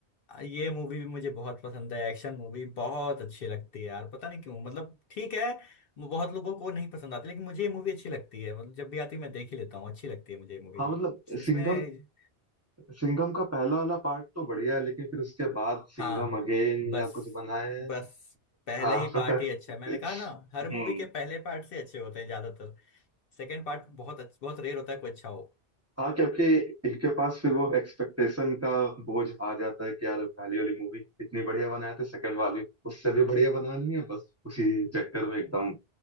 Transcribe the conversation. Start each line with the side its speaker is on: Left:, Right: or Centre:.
Left: ये मूवी भी मुझे बहुत पसंद है एक्शन मूवी बहुत अच्छी लगती है यार पता नहीं क्यों मतलब ठीक है वो बहुत लोगों को नहीं पसंद आती लेकिन मुझे ये मूवी अच्छी लगती है मतलब जब भी आती है मैं देख ही लेता हूँ अच्छी लगती है मुझे ये मूवी
Right: हाँ मतलब
Left: इसमें
Right: सिंघम सिंघम का पहला वाला पार्ट तो बढ़िया है लेकिन फिर उसके बाद सिंघम
Left: हाँ
Right: अगेन
Left: बस
Right: या कुछ बनाए हैं
Left: बस पहले
Right: हाँ
Left: ही पार्ट ही अच्छा
Right: <laughs>
Left: है मैंने कहा ना हर
Right: हम्म
Left: मूवी के पहले पार्ट से अच्छे होते हैं ज्यादातर सेकेंड पार्ट बहुत अच्छा बहुत रेयर होता है कोई अच्छा हो
Right: हाँ क्योंकि इनके पास फिर वो एक्सपेक्टेशन का बोझ आ जाता है कि यार पहली वाली मूवी इतनी बढ़िया बनाए थे सेकंड वाली उससे भी बढ़िया बनानी है बस उसी चक्कर में एकदम